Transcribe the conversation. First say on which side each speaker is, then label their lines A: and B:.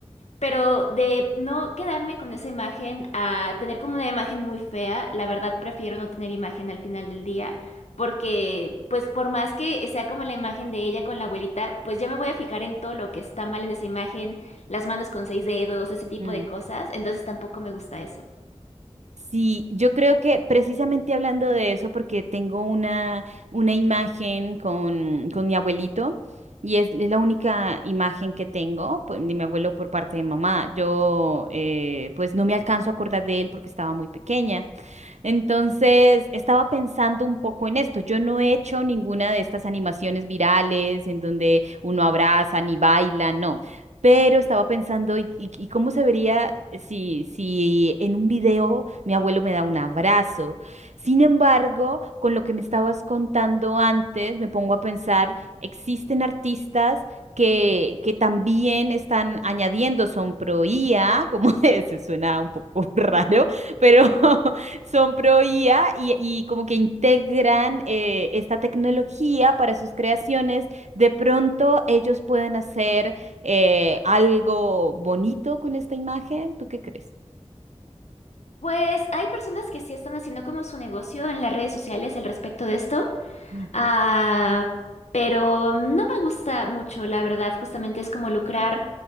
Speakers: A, on the left; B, on the right.
A: pero de no quedarme con esa imagen a tener como una imagen muy fea, la verdad prefiero no tener imagen al final del día, porque pues por más que sea como la imagen de ella con la abuelita, pues ya me voy a fijar en todo lo que está mal en esa imagen, las manos con seis dedos, ese tipo
B: mm.
A: de cosas, entonces tampoco me gusta eso.
B: Sí, yo creo que precisamente hablando de eso, porque tengo una, una imagen con, con mi abuelito y es, es la única imagen que tengo pues, de mi abuelo por parte de mamá. Yo eh, pues no me alcanzo a acordar de él porque estaba muy pequeña. Entonces, estaba pensando un poco en esto. Yo no he hecho ninguna de estas animaciones virales en donde uno abraza ni baila, no. Pero estaba pensando, ¿y, y- y cómo se vería si, si en un video mi abuelo me da un abrazo? Sin embargo, con lo que me estabas contando antes, me pongo a pensar, existen artistas que, que también están añadiendo son pro IA, como <laughs> se suena un poco raro, pero <laughs> Son pro IA y, y como que integran eh, esta tecnología para sus creaciones. De pronto ellos pueden hacer eh, algo bonito con esta imagen. ¿Tú qué crees?
A: Pues hay personas que sí están haciendo como su negocio en las redes sociales al respecto de esto.
B: Ujú.
A: Ah, pero no me gusta mucho, la verdad. Justamente es como lucrar